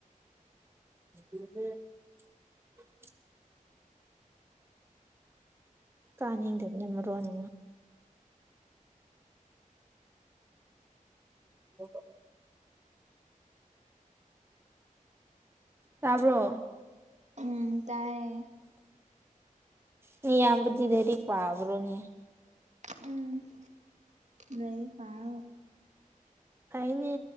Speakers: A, on the right (about 15°); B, on the right (about 55°).
A: <unintelligible> ꯀꯥꯅꯤꯡꯗꯕꯅ ꯃꯔꯣꯟ ꯑꯃ ꯎ ꯇꯥꯕ꯭ꯔꯣ
B: ꯎꯝ ꯇꯥꯏꯌꯦ
A: ꯅ ꯌꯥꯝꯕꯤ ꯗꯦꯔꯤꯛ ꯄꯕꯔꯣꯅꯤ
B: ꯎꯝ ꯂꯩꯩ ꯄꯥꯔ
A: ꯍꯥꯏꯅꯦ